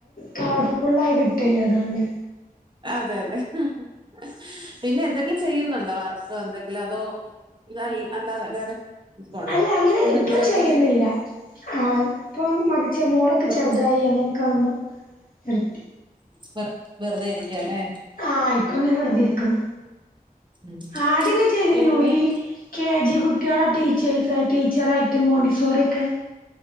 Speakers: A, on the left; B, on the right.
A: കളർഫുള്ള ആയി കിട്ടല്ലേ അതോണ്ടാണ്
B: അതെ അതെ ഹ്.. പിന്നെ എന്തെങ്കിലും ചെയ്യുന്നുണ്ടോ വർ എന്തെങ്കിലും അതോ ഇത് അല്ലാതെ വേറെ. പോണം
A: അല്ല അങ്ങനെ
B: എന്തെങ്കിലും
A: ഇപ്പൊ ചെയ്യുന്നില്ല
B: ഒക്കെ.
A: ആഹ് ഇപ്പൊ <unintelligible> മോളൊക്കെ
B: വെറു
A: ചെറുതായി അങ്ങനെയൊക്കെ ആവുമ്പോ നിർത്തി.
B: ഇപ്പൊ വെറുതെ ഇരിക്കാല്ലേ?
A: ആഹ് ഇപ്പൊ ഇങ്ങനെ വെറുതെ ഇരിക്കാണു
B: ഉം.
A: ആദ്യം ഞാൻ ചെയ്തിനു
B: എന്തെങ്കിലും
A: ഈ കെ ജി കുട്ടിയാളെ ടീച്ചേഴ്സ് ടീച്ചറായിട്ട് മോണ്ടിസോറി യൊക്കെ.